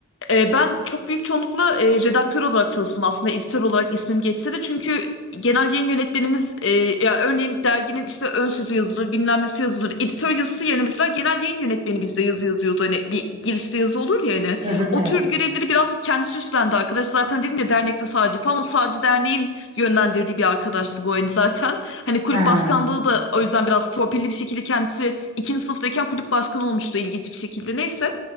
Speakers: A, on the left (about 60°); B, on the right (about 25°).
A: E, ben çok büyük çoğunlukla e, redaktör olarak çalıştım aslında editör olarak ismim geçse de çünkü genel yayın yönetmenimiz e, ya örneğin derginin işte ön sözü yazılır bilmem nesi yazılır editör yazısı yerine mesela genel yayın yönetmeni bizde yazı yazıyordu hani bir girişte yazı olur ya hani
B: Hı hı,
A: o
B: evet.
A: tür görevleri biraz kendisi üstlendi arkadaş zaten dedim ya dernekte sağcı falan o sağcı derneğin yönlendirdiği bir arkadaştı bu hani zaten hani kulüp
B: Ha.
A: başkanlığı da o yüzden biraz torpilli bir şekilde kendisi ikinci sınıftayken kulüp başkanı olmuştu ilginç bir şekilde neyse